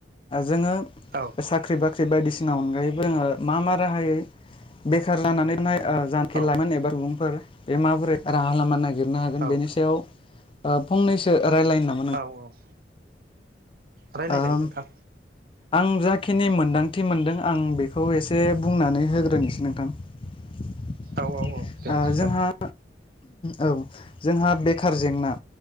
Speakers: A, on the left; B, on the right.
A: जोङो
B: औ
A: साख्रि बाख्रि बायदिसिना अनगायैबो जोङो मा मा राहायै बेखार जानानैनाय जानखि
B: औ
A: लाइमोन एबा सुबुंफोर बे माबोरै राहा लामा नागिरनो हागोन
B: औ
A: बेनि सायाव फंनैसो रायज्लायनो नांगौ
B: औ औ रायज्लायजायो
A: आं
B: नोंथां
A: आं जाखिनि मोनदांथि मोनदों आं बेखौ एसे बुंनानै होग्रोनोसै नोंथां ओ
B: औ औ औ दे नोंथां
A: जोंहा औ जोंहा बेखार जेंना